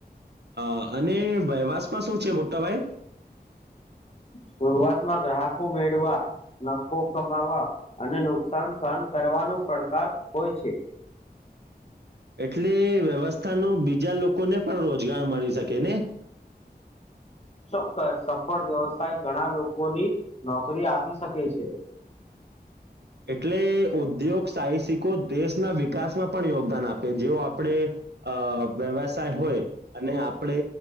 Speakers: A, on the right; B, on the left.
A: અ અને વયવાસમાં શું છે મોટાભાઈ?
B: શરૂઆતમાં ગ્રાહકો મેળવા, નફો કમાવા અને નુકસાન સહન કરવા નો પડકાર હોય છે.
A: એટલે વ્યવસ્થા નું બીજા લોકોને પણ રોજગાર મળી શકે ને?
B: ચોક્કસ સફળ વ્યવસાય ઘણા લોકોની નોકરી આપી શકે છે.
A: એટલે ઉદ્યોગ સાહસિકો દેશના વિકાસમાં પણ યોગદાન આપે જેવ આપડે અ વ્યવસાય હોય અને આપણે